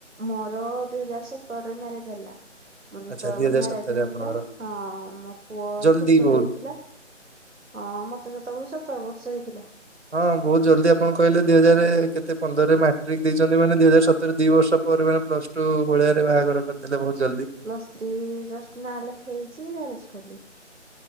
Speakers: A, on the right; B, on the right.
A: ମୋର ଦୁଇ ହଜାର ସତରରେ ମ୍ୟାରେଜ ହେଲା। ମୋର ଯେତେବେଳୁ
B: ଆଚ୍ଛା ଦି ହଜାର
A: ମ୍ୟାରେଜ
B: ସତରରେ
A: ହେଲା
B: ଆପଣଙ୍କର
A: ହଁ ମୋ ପୁଅ
B: ଜଲ୍ଦି
A: ଛୋଟଟେ
B: ବହୁତ
A: ହେଇଥିଲା। ହଁ ମତେ ସେତେବେଳେ ସତର ବର୍ଷ ହେଇଥିଲା।
B: ହଁ ବହୁତ ଜଲଦି ଆପଣ କହିଲେ ଦିଇ ହଜାର କେତେ ପନ୍ଦରରେ ମାଟ୍ରିକ ଦେଇଛନ୍ତି ମାନେ ଦୁଇ ହଜାର ସତରେ ଦି ବର୍ଷ ପରେ ମାନେ ପ୍ଲସ ଟୁ ଭଳିଆରେ ବାହାଘର କରିଦେଲେ ବହୁତ ଜଲ୍ଦି।
A: ପ୍ଲସ ଥ୍ରି ଜଷ୍ଟ ନା ଲେଖ ହେଇଛି ମାରେଜ କଲି।